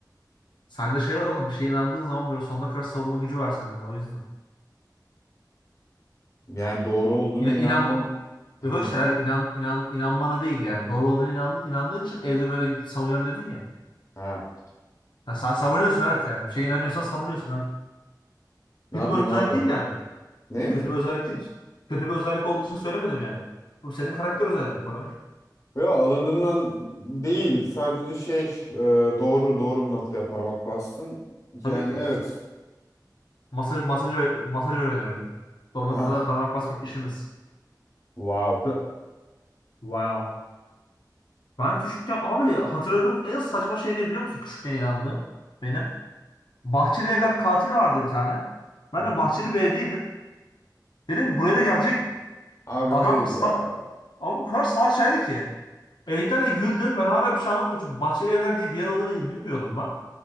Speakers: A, on the left (about 85°); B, on the left (about 45°).
A: Sende şey var oğlum. Bir şeye inandığın zaman böyle sonuna kadar savunma gücü var sende. O yüzden.
B: Yani doğru olduğuna
A: İna,
B: inandım.
A: inanma,
B: Hı.
A: yok işte eğer inan, inan, inanmana değil yani. Doğru olduğunu inandığın, inandığın için evde böyle savunuyorum dedin ya.
B: Ha.
A: Ya sen savunuyorsun evet yani. Bir şeye inanıyorsan savunuyorsun. ha.
B: Ne
A: Kötü
B: yapayım
A: bir özellik
B: abi?
A: değil yani.
B: Ne?
A: Bir Kötü bir özellik değil. Kötü bir özellik olduğu için söylemedim yani. Bu senin karakter özelliğin falan.
B: Yo alındığımdan değil. Sadece şey e, doğru doğru bir noktaya parmak bastın.
A: Tabii
B: Yani
A: ki.
B: evet.
A: Masaj, masaj, masaj öğreniyorum. Doğru
B: Ah,
A: noktada parmak basmak işimiz.
B: wow.
A: Ve- Wow. Ben küçükken abi hatırladığım en saçma şey ne biliyor musun? Küçükken inandığım benim. Bahçeli Evler Katili vardı bir tane. Ben
B: Hı.
A: de bahçeli bir evdeydim. Dedim buraya da gelecek
B: Abi
A: adam
B: hayır
A: İsta...
B: ya.
A: ama bu kadar salak şeydi ki. Evdekiler de güldü. Ben hala bir şey anlamıyorum çünkü bahçeli evler diye bir yer olduğunu bilmiyordum ben.